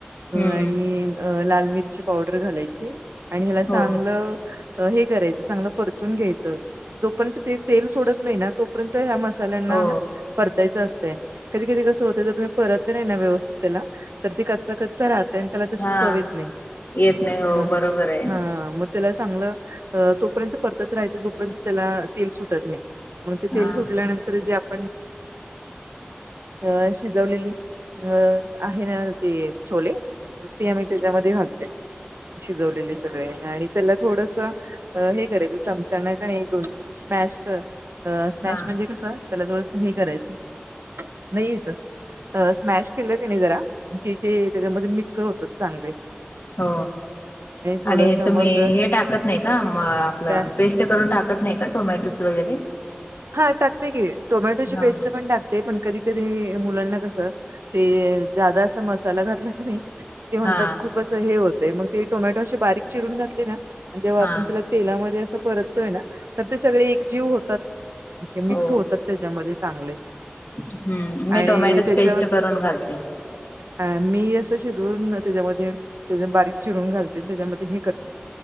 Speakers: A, on the left; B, on the right.
A: हम्म
B: आणि अ लाल मिरची पावडर घालायची आणि ह्याला चांगलं
A: हो
B: हे करायचं चांगलं परतून घ्यायचं जो पण त ते तेल सोडत नाही ना तोपर्यंत ह्या मसाल्यांना
A: हो
B: परतायचं असतय कधी कधी कसं होत तर तुम्ही परतले नाही ना व्यवस्थित त्याला तर ते कच्चा कच्चा राहत आणि त्याला तशी
A: हा
B: चवेत नाही
A: येत नाही हो
B: म
A: बरोबर आहे
B: हा म त्याला चांगलं तोपर्यंत परतत राहायचं जोपर्यंत त्याला तेल सुटत नाही मग ते तेल
A: हा
B: सुटल्यानंतर जे आपण अ शिजवलेली अ आहे ना ते छोले मग त आम्ही त्याच्यामध्ये घालते शिजवलेली सगळे आणि त्याला थोडस हे करायचं चमचानक आणि एक दोन तीन स्मॅश स्मॅश
A: हा
B: म्हणजे कस त्याला थोडस हे करायचं नाही येत स्मॅश केलं त्याने जरा कि ते त्याच्यामध्ये मिक्स होत चांगले
A: हो
B: थोडस
A: आणि तुम्ही
B: मग
A: हे टाकत नाही का म आपलं
B: त्या
A: पेस्ट ून टाकत नाही का टोमॅटोच वगैरे
B: हा टाकते की टोमॅटोची
A: हा
B: पेस्ट पण टाकते पण कधी कधी मुलांना कसं ते जादा अस मसाला घातला नाही म्हणतात
A: हा
B: खूपच होतय मग त टोमॅटो अशी बारीक चिरून घातली ना जेव्हा
A: हा
B: आपण तला तेला परत तर ते सगळे एकजीव होतात असे मिक्स
A: हो
B: होतात त्याच्यामध्ये चांगले
A: हम्म मी
B: आणि
A: टोमॅटोची
B: त्याच्यावर
A: पेस्ट करून घालते
B: अ मी असं शिजवून त्याच्यामध्ये त्या बारीक चिरून घालते त्याच्यामध्ये हे करते